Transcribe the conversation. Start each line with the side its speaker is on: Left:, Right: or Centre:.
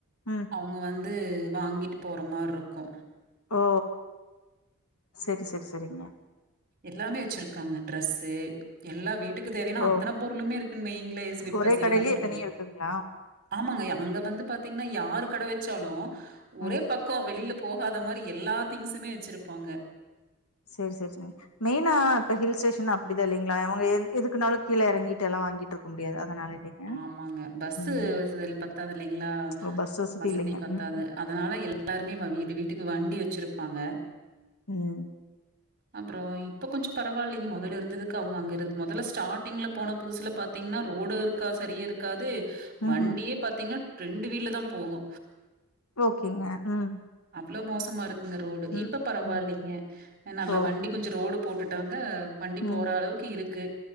Left: ம்.
Right: அவுங்க வந்து இது வாங்கிட்டு போற மாரி இருக்கு
Left: ஓ சேரி சேரி சேரிங்க
Right: எல்லாமே வச்சிருக்க டிரஸ் எல்லா வீட்டுக்கு தேவயானா
Left: ஓ!
Right: அத்தன பொருளுமே இருக்குனு வையுங்ளே ஸ்லிப்பர்ஸ்
Left: ஒரே கடையிலயே
Right: எல்லாமே இருக்கு
Left: எத்தனையு இருக்குங்களா
Right: ஆமாங்க அங்க வந்து பாத்தீங்னா யாரு கட வெச்சாலு ஒரே
Left: ம்
Right: பக்க வெளில போகாத மாரி எல்லா திங்ஸ்மே வெச்சிருப்பாங்க
Left: சேரி சேரி மெயினா இப்ப ஹில் ஸ்டேஷன் அப்டிதா இல்லீங்ளா அவுங்க எதுக்குனாலு கீழ இறங்கிட்டு எல்லா வாங்கிட்டு இருக்க முடியாது அதனால இல்லைங்க
Right: ஆமாங்க பஸு
Left: ம்
Right: வசதி பத்தாது இல்லைங்ளா
Left: ஓ பஸ்
Right: வசதி
Left: இல்லைங்க
Right: பத்தாது
Left: ம்ஹும்
Right: அதனால எல்லாருமே வீடு வீட்டு வீட்டுக்கு வண்டி வச்சிருப்பாங்க
Left: ம்
Right: அப்றோ இப்போ கொஞ்ச பரவாயில்லங்க மொதல இருந்ததுக்கு அவுங்க அங்க இரு மொதல்ல ஸ்டாடிங்ல் போன புதுசல பாத்தீங்னா ரோடு க்கா சரியே இருக்காது வண்டியே
Left: ம்ஹும்
Right: பாத்தீங்ன்னா ரெண்டு வீல்லதா போகு
Left: ஓகேங்க ம்
Right: ளோ மோசமா இரு க்குங்க ரோடு
Left: ம்
Right: இப்ப பரவால்லிங்க
Left: ம்
Right: ஆ நல்லா
Left: ஓ
Right: வண்டி கொஞ்ச ரோடு போ ட்டாங்க வண்டி
Left: ம்
Right: போற அளவுக்கு இருக்கு